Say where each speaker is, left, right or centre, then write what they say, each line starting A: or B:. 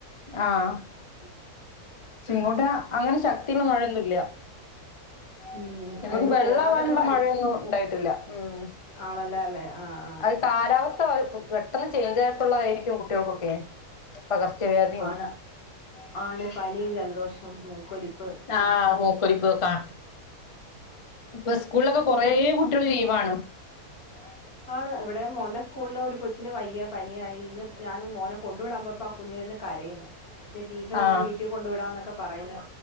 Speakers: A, on the left; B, on the left.
A: ആഹ്
B: ഉ <inaudible>
A: ഇങ്ങോട്ട് അങ്ങനെ ശക്തിയുള്ള മഴയൊന്നും ഇല്ല
B: ഉം
A: ഞങ്ങക്ക്
B: അതിന്
A: വെള്ളം
B: പോകാത്തോണ്ട്
A: ആവാനുള്ള
B: പരി
A: മഴയൊന്നും ഉണ്ടായിട്ടില്ല ഉം
B: ആണല്ലേ അല്ലേ ആഹ്
A: പിന്നെ കാലാവസ്ഥ പെട്ടെന്ന് ചേഞ്ച് ആയപ്പോള്ളതായിരിക്കും കുട്ടികൾക്കൊക്കെ പകർച്ചവ്യാധിയും-
B: ആണ് ആണ് പനി ജലദോഷം മൂക്കൊലിപ്പ്
A: ആഹ് മൂക്കൊലിപ്പ് ഒക്കെ ഇപ്പൊ സ്കൂളിലൊക്കെ കൊറേ കുട്ടികള് ലീവാണ്
B: ഉം ആണ് ഇവിടെ മോന്റെ സ്കൂളില് ഒരു കൊച്ചിന് വയ്യ പനിയായി ഇന്ന് ഞാൻ മോനെ കൊണ്ടു വിടാൻ പോയപ്പോ ആ കുഞ്ഞിന് തന്നെ - കരയുന്നു പിന്നെ ടീച്ചർ
A: ആ
B: ഇങ്ങനെ വീട്ടിൽ കൊണ്ടു വിടാന്നൊക്കെ പറയുന്നു